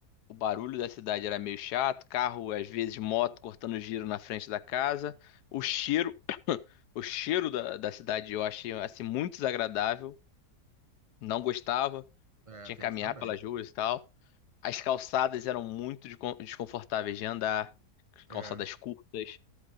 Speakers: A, on the left; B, on the right.
A: o barulho da cidade era meio chato, carro, às vezes moto cortando giro na frente da casa. O cheiro, <coughs> <clears throat> o cheiro da, da cidade eu achei assim muito desagradável, não gostava,
B: É,
A: tinha
B: tem
A: que caminhar
B: isso também.
A: pelas ruas e tal. As calçadas eram muito descon- desconfortáveis de andar, calçadas
B: É.
A: curtas.